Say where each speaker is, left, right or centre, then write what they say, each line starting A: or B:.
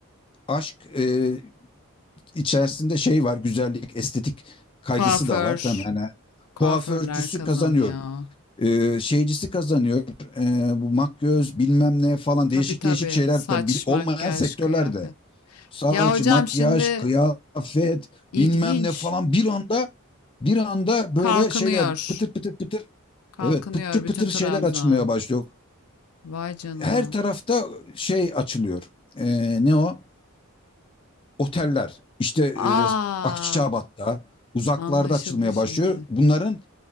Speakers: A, on the left; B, on the left.
A: aşk e, içerisinde şey var. Güzellik, estetik kaygısı
B: Kuaför.
A: da var. Tamam yani
B: Kuaförler
A: kuaförcüsü
B: kazanıyor.
A: kazanıyor. E, şeycisi kazanıyor. E, bu makyöz bilmem ne falan
B: Tabii
A: değişik
B: tabii.
A: değişik şeyler
B: Saç,
A: de bil- olmayan
B: makyaj,
A: sektörlerde.
B: kıyafet.
A: Saç,
B: Ya hocam
A: makyaj,
B: şimdi
A: kıyafet
B: ilginç.
A: bilmem ne falan bir anda bir anda böyle
B: Kalkınıyor.
A: şeyler pıtır pıtır pıtır
B: Kalkınıyor
A: Evet, pıtır pıtır
B: bütün Trabzon.
A: şeyler açılmaya başlıyor
B: Vay canına.
A: her tarafta şey açılıyor. Ee, ne o? Oteller. İşte e,
B: Aa,
A: Akçabat'ta uzaklarda
B: anlaşıldı
A: açılmaya
B: şimdi.
A: başlıyor. Bunların